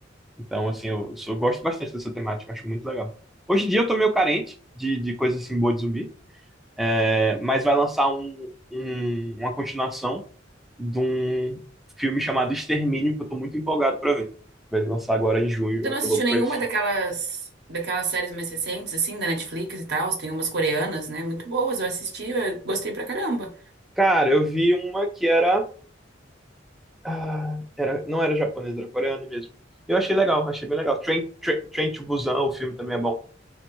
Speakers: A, in the centre; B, on the right.
A: Então, assim, eu, sou- eu gosto bastante dessa temática, acho muito legal. Hoje em dia eu tô meio carente de, de coisas assim boas de zumbi. É, mas vai lançar um, um- uma continuação de um filme chamado Extermínio, que eu tô muito empolgado pra ver. Vai lançar agora em junho,
B: Você
A: eu
B: não
A: tô
B: assistiu
A: louco
B: nenhuma
A: pra isso.
B: daquelas daquelas séries mais recentes, assim, da Netflix e tal? Tem umas coreanas, né? Muito boas. Eu assisti, eu gostei pra caramba.
A: Cara, eu vi uma que era, ah, era não era japonesa, era coreana mesmo. Eu achei legal, achei bem legal. Train, Train, Train to Busan, o filme também é bom,